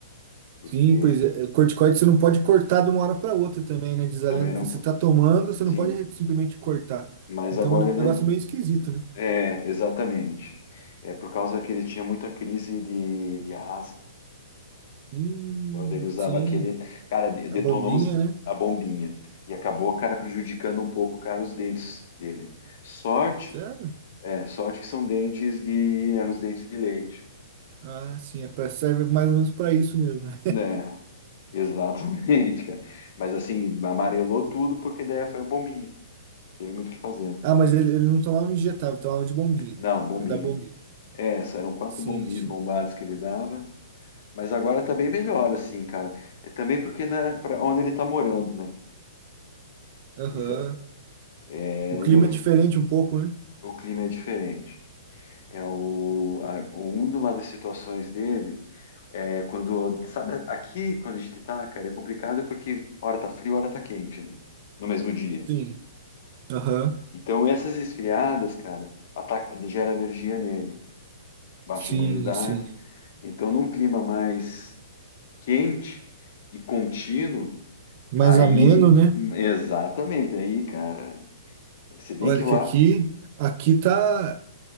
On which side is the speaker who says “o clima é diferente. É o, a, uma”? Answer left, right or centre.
Left